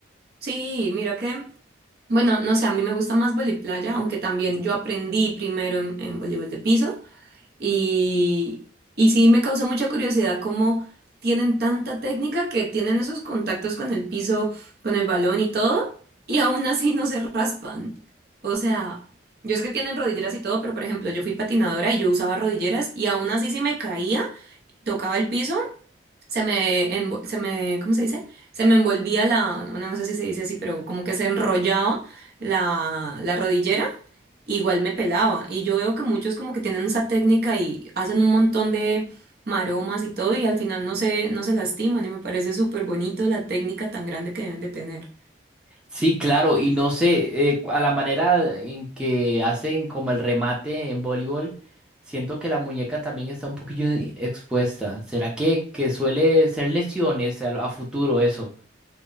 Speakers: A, on the right (about 55°); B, in the centre.
A: Sí, mira que Bueno, no sé, a mí me gusta más playa, aunque también yo aprendí primero en, en voleibol de piso y, y sí me causó mucha curiosidad cómo tienen tanta técnica que tienen esos contactos con el piso, con el balón y todo, y aún así no se raspan. O sea, yo sé que tienen rodilleras y todo, pero por ejemplo, yo fui patinadora y yo usaba rodilleras y aún así si me caía, tocaba el piso se me, envo- se me, ¿cómo se dice? Se me envolvía la, no, no sé si se dice así, pero como que se enrollaba la, la rodillera, igual me pelaba. Y yo veo que muchos como que tienen esa técnica y hacen un montón de maromas y todo, y al final no se, no se lastiman, y me parece súper bonito la técnica tan grande que deben de tener.
B: Sí, claro, y no sé, eh, a la manera en que hacen como el remate en voleibol, siento que la muñeca también está un poquillo i- expuesta. ¿Será que, que suele ser lesiones a, a futuro eso?